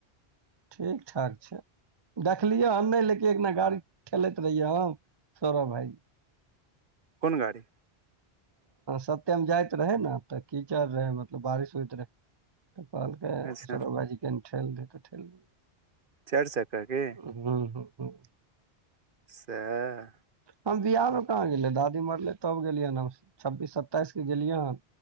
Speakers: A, on the right; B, on the right.
A: ठीक ठाक छै देखलियै हम नहि लेेकिन एक दिना गाड़ी ठेलैत रहियै हम सौरभ भाई
B: कोन गाड़ी
A: सत्यम जाइत रहै नऽ तऽ कीचड़ रहै मतलब बारिश होइत रहै तऽ कहलकै
B: अच्छा
A: सौरव भाईजी कनि ठेल दहि तऽ ठेल देलियै
B: चारि चक्का की
A: हूँ हूँ हूँ
B: सैहे
A: हम बियाहमे कहाँ गेलियै दादी मरलै तब गेलियै हन हम छब्बीस सत्ताइस के गेलियै हन